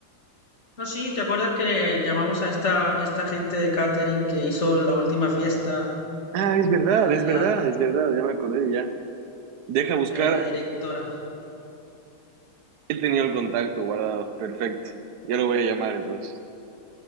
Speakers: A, on the left; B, on the right.
A: No, sí, ¿te acuerdas que llamamos a esta, esta gente de catering que hizo la última fiesta,
B: Ah, es verdad,
A: la de
B: es
A: la,
B: verdad, es verdad, ya me acordé, ya. Deja buscar,
A: la de la directora?
B: he tenido el contacto guardado, perfecto. Ya lo voy a llamar entonces.